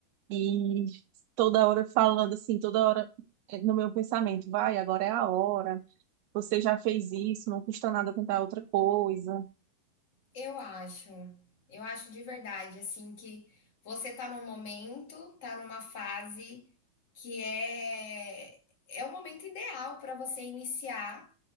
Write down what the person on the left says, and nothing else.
Eu acho, eu acho de verdade, assim, que você está num momento, está numa fase que é, é o momento ideal para você iniciar